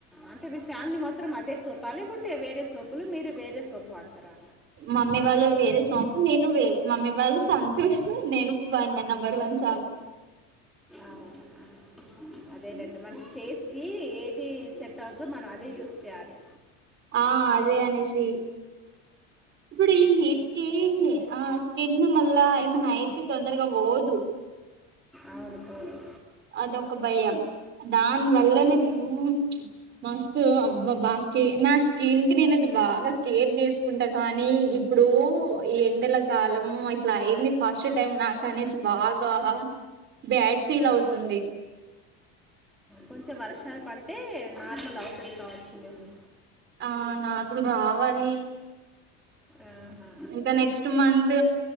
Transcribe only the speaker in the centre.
అంటే మీ ఫ్యామిలీ మాత్రం అదే సోపా లే లేకుంటే వేరే సోపులు మీరు వేరే సోపు వాడతారా
అవునా అదేనండి మన ఫేస్ కి ఏది సెట్ అవుద్దో మనం అదే యూజ్ చేయాలే
అవును పోదు
కొంచెం వర్షాలు పడితే నార్మల్ అవుతది కావచ్చులేండి
ఆహా.